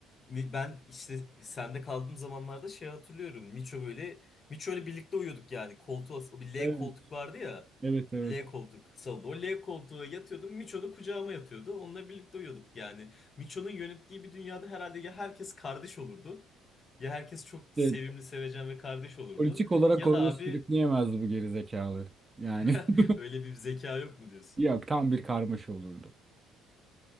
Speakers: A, on the left (about 35°); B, on the right (about 20°).
A: Mi- Ben işte sende kaldığım zamanlarda şey hatırlıyorum. Miço böyle Miço ile birlikte uyuyorduk yani. Koltuğa o bir L
B: Evet,
A: koltuk vardı ya.
B: evet, evet.
A: L koltuk salonda. O L koltuğa yatıyordum. Miço da kucağıma yatıyordu. Onunla birlikte uyuyorduk yani. Miço'nun yönettiği bir dünyada herhalde ya herkes kardeş olurdu. Ya herkes çok sevimli,
B: İşte
A: sevecen ve kardeş olurdu.
B: politik olarak
A: Ya
B: oraya
A: da abi
B: sürükleyemezdi bu gerizekalı. Yani
A: <laughs>
B: <laughs>
A: öyle bir zeka yok mu diyorsun?
B: Yok tam bir karmaşa olurdu.